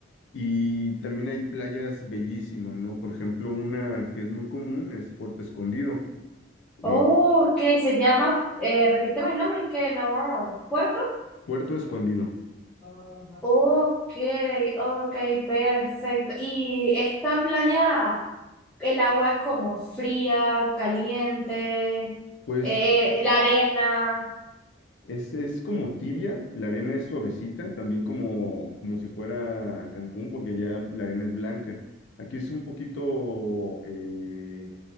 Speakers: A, on the left; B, in the centre.
A: Y también hay playas bellísimas, ¿no? Por ejemplo, una que es muy común es Puerto Escondido.
B: Oh,
A: eh,
B: ok, se llama, eh, repíteme el nombre, es que no, ¿Puerto?
A: Puerto Escondido.
B: Ok, ok, perfecto. ¿Y esta playa, el agua es como fría, caliente, eh,
A: Pues
B: eh, la arena?
A: Es, es como tibia, la arena es suavecita, también como, como si fuera Cancún, porque allá la arena es blanca. Aquí es un poquito, eh,